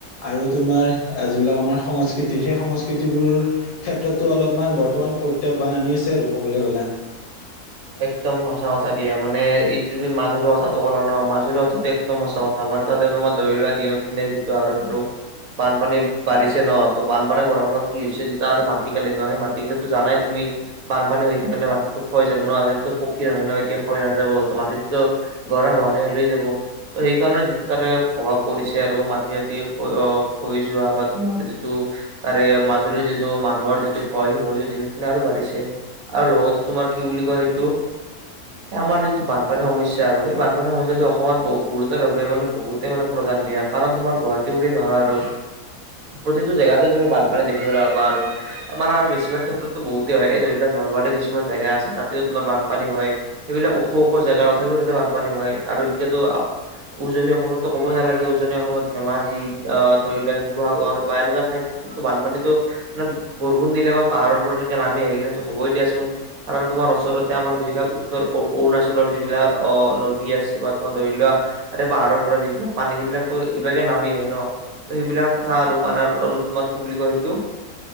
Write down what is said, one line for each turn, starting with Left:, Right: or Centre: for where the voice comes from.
Left: আৰু তোমাৰ যিবিলাক আমাৰ সংস্কৃতি সেই সংস্কৃ কৃতিবোৰ ক্ষেত্ৰতো অলপমান বৰ্তমান প্ৰত্যাহ্বান আনি আছে আৰু ক'বলৈ গ'লে।
Right: একদম সঁচা কথা দিয়া, মানে এই য মাজুলীৰ কথাটো ক'লা ন মাজুলী কথাটো একদম সঁচা কথা। তাৰমানে তাতে তোমাৰ ধৰি লোৱা দিনক দিনে যিটো আৰুত আৰু বানপানী বাঢ়িছে ন ত বানপানী বঢ়াৰ ফলত কি হৈছে যেতিয়া আৰু মাটি কালি ন, সেই মাটি কালিতো জানাই তুমি। বানপানী হৈ থাকিলে মাটিতটো ক্ষয় যাব ন সো পকী নহয় নয় এতিয়া ক্ষয় নাযাব। ত মাটিটোতো গৰা খহনীয়া লৈ যাব। সেইকাৰণে যিটো তাতে প্ৰভাৱ পৰিছে আৰু মাটি চতি খহি যোৱা বা তোমাৰ যিটো তাৰে মাজুলীৰ যিটো মানুহৰ যিটো ভয় সেই ভয়টো দিন দিনে আৰু বাঢ়িছে। আৰু লগতে তোমাৰ কি বুলি কয় সেইটো। এই আমাৰ যিটো বানপানী সমস্যা আৰু সেই বানপানী সমস্যাটো অসমত বহু গুৰুতৰ ভাৱে মানে বহুত তে মানে প্ৰধান দিয়া, কাৰণ তোমাৰ গুৱাহাটী বুলি নহয় আৰু। প্ৰতিটো জেগাতে তুমি বানপানী দেখিবলে পাবা আৰু। মানে আৰু বেছিভাগ ক্ষেত্ৰতো বহুতে হয় এই ধৰি লওক নলবাৰীৰ কিছুমান জেগা আছে তাতেও তোমাৰ বানপানী হয়। এইবিলাক ওখ ওখ জেগা তথাপিও তাতে বানপানী হয়, আৰু এতিয়াটো উজনি অসমততো ক'বই নালাগে, উজনি অসমত ধেমাজি আ ধৰি লোৱাক শিৱসাগৰ বা এনেকুৱা ঠাইত কিন্তু বানপানীটো মানে বৰষুণ দিলে বা পাহাৰৰ পৰা এনেকে নামি আহি কিনেটো হ'বই দিয়াচোন। কাৰণ তোমাৰ ওচৰতে আমাৰ যিবিলাক উত্তৰ অ-অৰুণাচলৰ যিবিলাক অ নদী আছে বা তোমাৰ ধৰি লোৱা তাৰে পাহাৰৰ পৰা যিবিলাক পানী, সেইবিলাকো ইভাগে নামি আহে ন। ত' সেইবিলাক কথা আৰু মানে আৰু তোমাৰ কি বুলি কয় সেইটো।